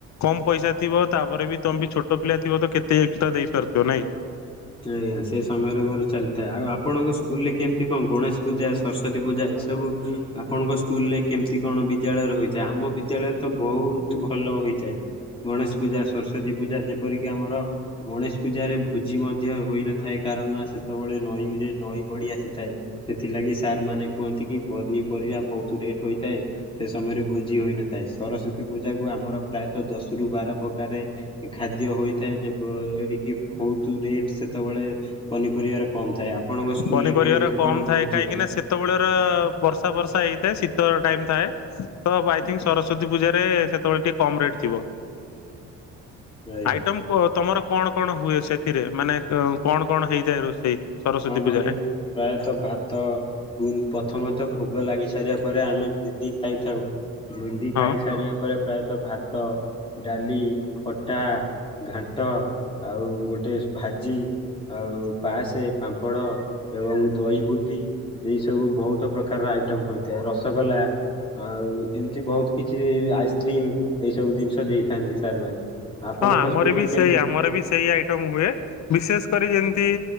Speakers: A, on the left; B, on the left.
A: କମ ପଇସା ଥିବ ତାପରେ ବି ତମେ ବି ଛୋଟ ପିଲା ଥିବ ତ କେତେ ଏକ୍ସଟ୍ରା ଦେଇପାରୁଥିବ ନାହିଁକି।
B: ଆଜ୍ଞା ସେ ସମୟରେ ମୋର ଚାଲିଥାଏ ଆଉ ଆପଣଙ୍କ ସ୍କୁଲ ରେ କେମିତି କଣ ଗଣେଶ। ପୂଜା ସରସ୍ଵତୀ ପୂଜା ଏସବୁ ଆପଣଙ୍କ ସ୍କୁଲ ରେ କେମିତି କଣ ବିଦ୍ୟାଳୟରେ ହୋଇଥାଏ ଆମ ବିଦ୍ୟାଳୟ। ତ ବହୁତ ଭଲ ହୋଇଥାଏ। ଗଣେଶ ପୂଜା ସରସ୍ଵତୀ ପୂଜା ଯେପରିକି ଆମର ଗଣେଶ ପୂଜାରେ ଭୋଜି ମଧ୍ୟ ହୋଇନଥାଏ କାରଣ ସେତେବେଳେ ନଈରେ ନଈ ବଢ଼ି ଆସିଥାଏ। ସେଥିଲାଗି ସାର୍ ମାନେ କୁହନ୍ତି କି ପନିପରିବା ବହୁତ ରେଟ୍ ହୋଇଥାଏ। ସେ ସମୟରେ ଭୋଜି ହୋଇନଥାଏ ସରସ୍ଵତୀ ପୂଜା କୁ ଆମର ପ୍ରାୟତଃ ଦଶ ରୁ ବାର ପ୍ରକାରେ। ଖାଦ୍ୟ ହୋଇଥାଏ ଯେପରିକି ବହୁତ ରେ ଟ୍ ସେତେବେଳେ ପନିପରିବାର କମ ଥାଏ। ଆପଣଙ୍କ ସ୍କୁଲରେ
A: ପନିପରିବା
B: କେମିତି
A: ର କମ
B: କଣ
A: ଥାଏ
B: ଭୋଜି
A: କାହିଁକି
B: ହୁଏ?
A: ନା ସେ ସେତେବେଳେର ବର୍ଷା ବର୍ଷା ହେଇଥାଏ ଶୀତ ଟାଇମ ଥାଏ। ତ ହବ ଆଇଥିଙ୍କି ସରସ୍ଵତୀ ପୂଜାରେ ସେତେବେଳେ ଟିକେ କମ ରେଟ୍ ଥିବ।
B: ଆଜ୍ଞା।
A: ଆଇଟମ କୁହ ତମର କଣ କଣ ହୁଏ ସେଥିରେ ମାନେ କଣ କଣ ହେଇଥାଏ ରୋଷେଇ। ସରସ୍ଵତୀ
B: ଆମରି
A: ପୂଜାରେ
B: ପ୍ରାୟତଃ ଭାତ। ପ୍ରଥମତଃ ଭୋଗ ଲାଗି ସାରିବା ପରେ ଆମେ ବୁନ୍ଦି ଖାଇଥାଉ। ବୁନ୍ଦି
A: ହଁ
B: ଖାଇ ସାରିବା ପରେ ପ୍ରାୟତଃ ଭାତ। ଡାଲି ଖଟା ଘାଣ୍ଟ ଆଉ ଗୋଟେ ସ ଭାଜି। ଆଉ ପାସେ ପାମ୍ପଡ଼ ଆଉ ଦହି ବୁନ୍ଦି। ଏଇ ସବୁ ବହୁତ ପ୍ରକାରର ଆଇଟମ ହୋଇଥାଏ ରସଗୋଲା। ଆଉ ଏମିତି ବହୁତ କିଛି ବି ଆଇସ୍କ୍ରିମ ଏଇ ସବୁ ଜିନିଷ ଦେଇଥାନ୍ତି ସାର୍ ମାନେ। ଆପଣଙ୍କ
A: ହଁ ଆମର
B: ସ୍କୁଲରେ
A: ବି ସେଇ
B: କେମିତି
A: ଆମର ବି ସେଇ ଆଇଟମ ହୁଏ ବିଶେଷ କରି ଯେମିତି।